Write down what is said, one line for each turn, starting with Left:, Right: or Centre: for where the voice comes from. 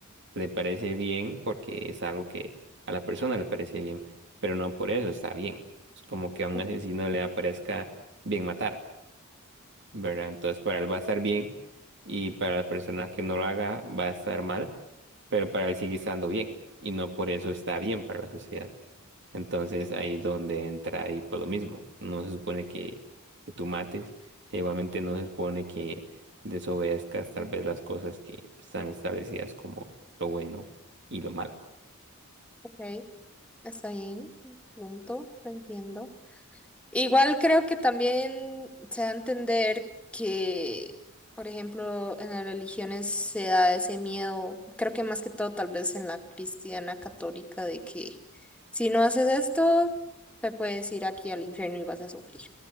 Right: Le parece bien porque es algo que a la persona le parece bien, pero no por eso está bien. Es como que a un
Centre: ujú,
Right: asesino
Centre: ujú,
Right: le aparezca bien matar. ¿verdad? Entonces para él va a estar bien y para la persona que no lo haga va a estar mal, pero para él sigue estando bien y no por eso está bien para la sociedad. Entonces ahí es donde entra ahí por lo mismo. No se supone que, que tú mates, e igualmente no se supone que desobedezcas tal vez las cosas que están establecidas como lo bueno y lo malo.
Centre: Ok, está bien. Punto, lo entiendo. Igual creo que también se da a entender que, por ejemplo, en las religiones se da ese miedo, creo que más que todo tal vez en la cristiana católica, de que si no haces esto, te puedes ir aquí al infierno y vas a sufrir.